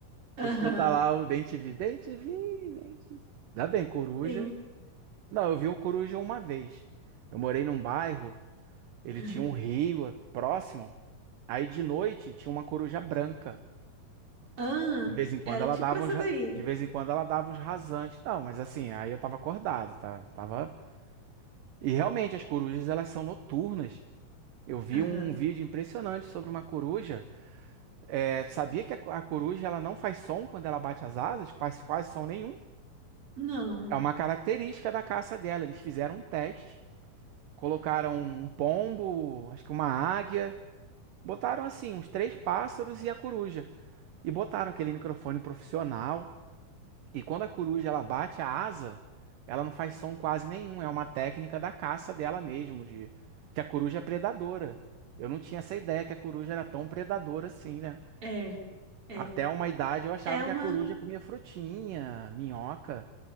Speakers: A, on the right; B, on the right.
A: Aham,
B: Você escuta lá o Bem te vi. Bem te vi, bem te vi. Ainda bem, coruja.
A: sim.
B: Não, eu vi um coruja uma vez. Eu morei num bairro, ele
A: Aham.
B: tinha um rio próximo. Aí de noite tinha uma coruja branca.
A: Ah,
B: De vez em quando
A: era
B: ela
A: tipo
B: dava
A: essa
B: uns. ra-
A: daí.
B: De vez em quando ela dava uns rasantes. Não, mas assim, aí eu tava acordado, tá? Tava. E realmente as corujas elas são noturnas. Eu vi
A: Aham.
B: um vídeo impressionante sobre uma coruja. É, sabia que a, co- a coruja ela não faz som quando ela bate as asas? Faz quase som nenhum.
A: Não,
B: É uma característica da caça dela. Eles fizeram um teste, colocaram um um pombo, acho que uma águia, botaram assim uns três pássaros e a coruja e botaram aquele microfone profissional. E quando a coruja ela bate a asa, ela não faz som quase nenhum. É uma técnica da caça dela mesmo, de que a coruja é predadora. Eu não tinha essa ideia que a coruja era tão predadora assim, né?
A: é, é.
B: Até uma idade eu achava
A: É uma.
B: que a coruja comia frutinha, minhoca.